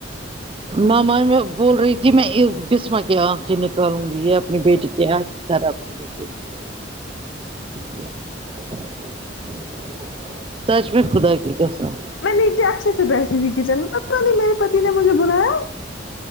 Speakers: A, on the right (about 30°); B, on the left (about 80°).
A: ماما میں بول رہی تھی میں ا بسما کے آنکھ کی نکالوں گی اب اپنی بیٹی کے آنکھ خراب <unintelligible> سچ میں خدا کی قسم
B: میں نیچے اچھے سے بیٹھی تھی کچن میں پتا نہیں میرے پتی نے مجھے بلایا